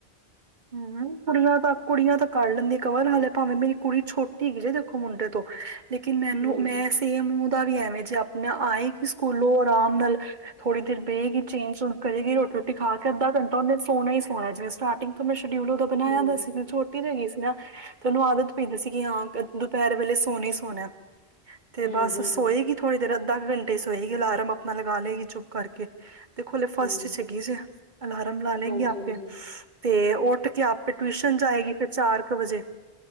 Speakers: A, on the right (about 45°); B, on the left (about 70°).
A: ਹੂੰ-ਹੂੰ। ਕੁੜੀਆਂ ਤਾਂ ਕੁੜੀਆਂ ਤਾਂ ਕਰ ਲੈਂਦੀ ਕਵਰ, ਹਾਲੇ ਭਾਵੇਂ ਮੇਰੀ ਕੁੜੀ ਛੋਟੀ ਜੇ ਦੇਖੋ ਮੁੰਡੇ ਤੋਂ। ਲੇਕਿਨ ਮੈਨੂੰ
B: ਹੂੰ
A: ਮੈਂ ਸੇਮ ਉਹਦਾ ਵੀ, ਐਵੇਂ ਜੇ ਆਪਣਾ ਆਏ ਕਿ ਸਕੂਲੋਂ ਆਰਾਮ ਨਾਲ ਥੋੜ੍ਹੀ ਦੇਰ ਬਹੇ ਗੀ, ਚੇਂਜ ਚੂੰਜ ਕਰੇਗੀ, ਰੋਟੀ ਰੁਟੀ ਖਾ ਕੇ ਅੱਧਾ ਘੰਟਾ ਉਹਨੇ ਸੋਣਾ ਹੀ ਸੋਣਾ, ਜਿਵੇ ਸਟਾਟਿੰਗ ਮੈਂ ਸ਼ਡਿਊਲ ਉਹਦਾ ਬਣਾਇਆ
B: ਹੂੰ
A: ਦਾ ਸੀਗਾ, ਛੋਟੀ ਜੀ ਹੈਗੀ ਸੀ ਨਾ, ਤੇ ਉਹਨੂੰ ਆਦਤ ਪੈਗੀ ਸੀ ਕਿ ਹਾਂ ਦੁਪਹਿਰ ਵੇਲੇ ਸੋਣਾ ਹੀ ਸੋਣਾ, ਤੇ
B: ਹੂੰ
A: ਬਸ
B: ਹੂੰ
A: ਸੋਏ ਗੀ। ਥੋੜੀ ਦੇਰ ਅੱਧਾ ਘੰਟੇ ਹੀ ਸੋਏਗੀ, ਅਲਾਰਮ ਆਪਣਾ ਲਗਾ ਲਏਗੀ ਚੁਪ ਕਰਕੇ। ਤੇ ਖੁਲੇ ਫਸਟ
B: ਹੂੰ
A: ਚ ਹੈਗੀ ਸੀ, ਅਲਾਰਮ ਲਾ ਲੇਗੀ
B: ਹਾਂਜੀ
A: ਆਪੇ।
B: ਹਾਂਜੀ
A: ਤੇ ਉੱਠ ਕੇ ਆਪੇ ਟੂਸ਼ਨ ਜਾਏਗੀ ਫਿਰ ਚਾਰ ਕੁ ਵਜੇ,